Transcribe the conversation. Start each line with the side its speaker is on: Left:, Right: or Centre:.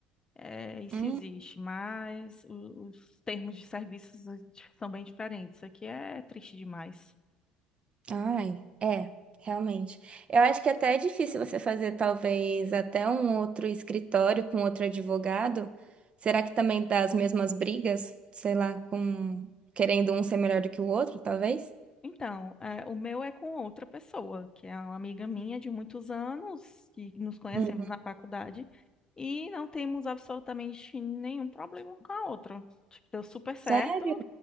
Left: eh, isso
Right: Hum,
Left: existe, mas o- os termos de serviços eh, di- são bem diferentes. Isso aqui é triste demais.
Right: Ai, é, realmente. Eu acho que até é difícil você fazer, talvez, até um outro escritório com outro advogado. Será que também dá as mesmas brigas? Sei lá, com querendo um ser melhor do que o outro, talvez?
Left: Então, eh, o meu é com outra pessoa, que é uma amiga minha de muitos anos, que nos conhecemos
Right: Hum.
Left: na faculdade. E não temos absolutamente nenhum problema um com a outra. Tipo, deu super certo,
Right: Sério?